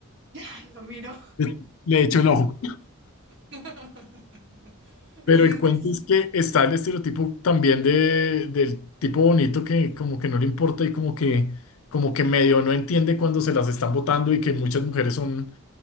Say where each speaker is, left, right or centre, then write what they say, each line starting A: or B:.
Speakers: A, on the right; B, on the left.
A: <laughs> Lo miro.
B: <laughs> le echó el ojo.
A: <laughs> Sí,
B: Pero el
A: es que
B: cuento
A: sí,
B: es que está el estereotipo también de, del tipo bonito que como que no le importa y como que, como que medio no entiende cuando se las están botando y que muchas mujeres son,